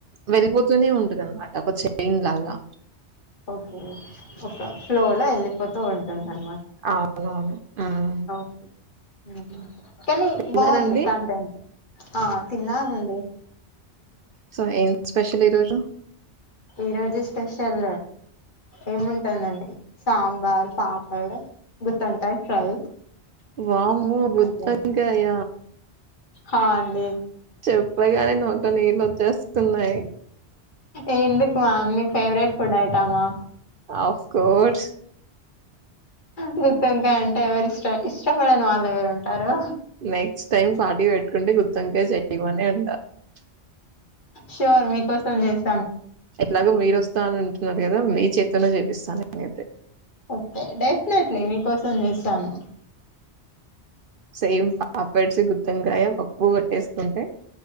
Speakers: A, on the right (about 55°); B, on the left (about 45°).
A: వెళ్ళిపోతూనే ఉంటది అనమా టకొచ్చే ఎమ్ లాగా
B: ఓ ఓ ఫ్లోల్ ఎల్లిపోతు ఉం <unintelligible>
A: అవును హ్మ్
B: ఓకే హ్మ్ హు కానీ
A: తిన్నారా
B: బాగుంది
A: అండి?
B: కంటెంట్ ఆ తిన్నామండి
A: సో ఏం స్పెషల్ ఈరోజు
B: ఈ రోజు స్పెషల్ ఏముంటుందండి సాంబార్ పాపడ్ గుత్తోంకాయ ఫ్రై
A: వామ్మో గుత్తొంకాయ
B: అదే హా అండి
A: చెప్పగానే నోట్లో నీళ్ళు వచ్చేస్ తున్నాయ్
B: ఎందుకు మేమ్ మీ ఫేవరెట్ ఫుడ్ ఐటమా
A: అఫ్ కోర్స్
B: గుత్తొంకాయ్ అంటే ఎవరిష్ట ఇష్టపడని వాళ్ళు ఎవరు ఉంటారు
A: నెక్స్ట్ టైమ్ పార్టీ పెట్టుకుంటే గుత్ తంటే చేయమనే అంట ప్చ్
B: షోర్ మీకోసం చేస్
A: ఎట్లాగో మీరే వస్తానన్ న్నారు కదా మీ చేత్తోనే చేపిస్తాను నేను అయితే
B: ఓకేే డై అట్లట్లే మీకోసం చేస్తాను.
A: సేమ్ పాపెడ్స్ గుత్తవంకాయ పప్పు వట్టేసుకుంటే